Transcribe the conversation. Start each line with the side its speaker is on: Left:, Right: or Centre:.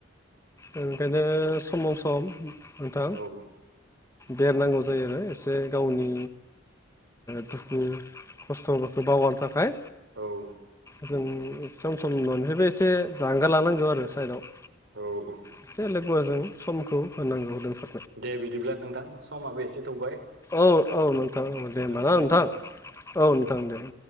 Left: ओंखायनो समाव सम नोंथां
Right: औ
Left: बेरनांगौ जायो आरो एसे गावनि दुखु खस्थ'फोरखौ बावगारनो थाखाय
Right: औ
Left: जों सम सम न'निफ्रायबो एसे जांगार लानांगौ आरो साइदाव
Right: औ
Left: एसे लोगोफोरजों समखौ होनांगौ लोगो
Right: दे बिदिब्ला नोंथां समाबो एसे थौबाय
Left: औ औ नोंथां औ दे होनबा
Right: दोनथ'लायदो
Left: ना नोंथां
Right: होनबा
Left: औ नोंथां दे औ